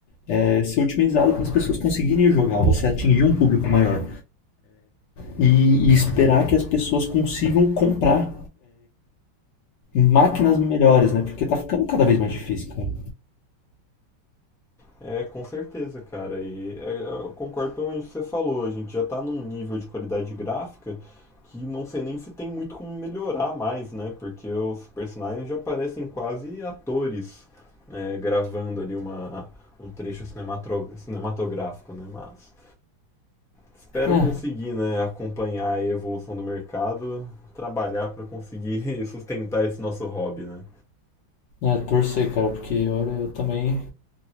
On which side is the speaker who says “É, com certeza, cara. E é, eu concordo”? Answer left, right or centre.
Centre